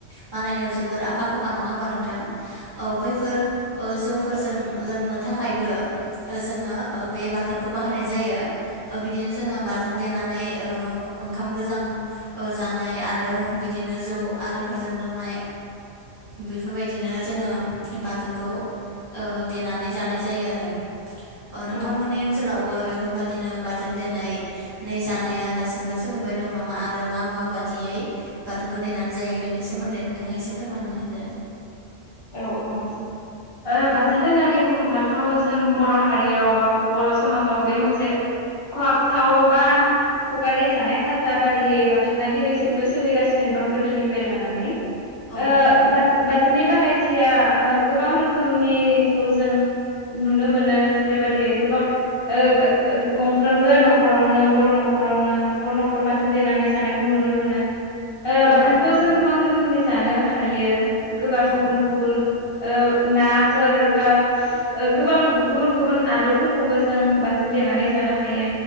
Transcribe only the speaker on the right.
बानायनायाव जोबोर आखा फाखा नङा होमबा नोंथां ओ बैफोर जौफोरजों लोंनो थाखायबो जोङो ो बे बाथोनखौ बाहायनाय जायो। बिदिनो जों होननानै ओंखाम गोजां जानाय आरो बिदिनो जौ आरिफोरजों लों जानाय बेफोर बायदिनो जोङो बाथोनखौ ओ देनानै जानाय जायो आरो। अ नोंथांमोननि
ओनसोलावबो बेफोरबायदिनो बाथोन देनाय नै जानाया दासिमबो सोलिबाय दं नामा आरो मा मा बादियै बाथोनखौ देनानै जायो। बेनि सोमोन्दै नोंथाङा एसे फोरमायनानै होदो।
औ
नंगौ
औ
नंगौ
औ